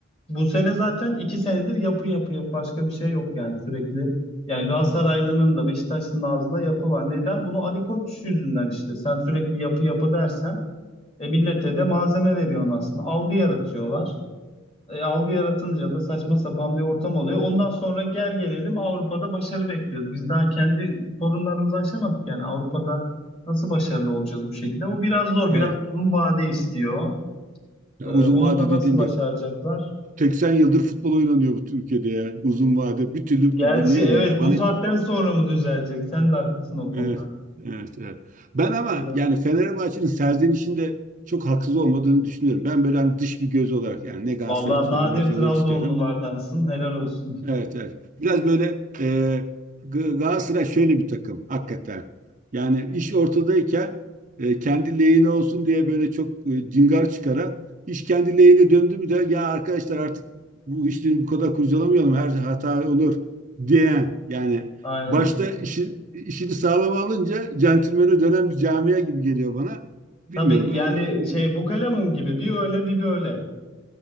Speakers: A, on the left; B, on the right.
A: Bu sene zaten iki senedir yapı yapı yapı başka bir şey yok yani sürekli. Yani Galatasaraylı'nın da Beşiktaşlı'nın da ağzında yapı var. Neden? Bunu Ali Koç yüzünden işte. Sen sürekli yapı yapı dersen e, millete de malzeme veriyorsun aslında. Algı yaratıyorlar. E, algı yaratınca da saçma sapan bir ortam oluyor. Ondan sonra gel gelelim Avrupa'da başarı bekliyoruz. Biz daha kendi sorunlarımızı aşamadık yani Avrupa'da nasıl başarılı olacağız bu şekilde? O biraz zor,
B: Evet.
A: biraz uzun vade istiyor.
B: Ya
A: E,
B: uzun
A: onu
B: vade
A: da nasıl
B: dediğinde
A: başaracaklar?
B: 80 yıldır futbol oynanıyor bu ülkede ya. Uzun vade. Bir türlü
A: Gerçi
B: ne
A: evet
B: bileyim ya bana
A: bu saatten
B: hiç
A: sonra mı düzelecek? Sen de haklısın o konuda.
B: Evet, evet, evet. Ben ama
A: Biraz
B: yani
A: zor.
B: Fenerbahçe'nin serzenişinde çok haksız olmadığını düşünüyorum. Ben böyle hani dış bir göz olarak yani ne Galatasaray'ı
A: Vallahi
B: tutuyorum
A: nadir
B: ne Fener'i
A: Trabzonlulardansın.
B: tutuyorum.
A: Helal olsun.
B: Evet, evet. Biraz böyle e, G- Galatasaray şöyle bir takım hakikaten. Yani iş ortadayken e, kendi lehine olsun diye böyle çok e, cingar çıkaran, iş kendi lehine döndü mü de ya arkadaşlar artık bu işleri bu kadar kurcalamayalım her şey hata olur diyen yani
A: Aynen.
B: başta işi, işini sağlam alınca centilmene dönen bir camia gibi geliyor bana. Bilmiyorum.
A: Tabii yani
B: e,
A: şey
B: e,
A: bu kalemun gibi bir öyle bir böyle.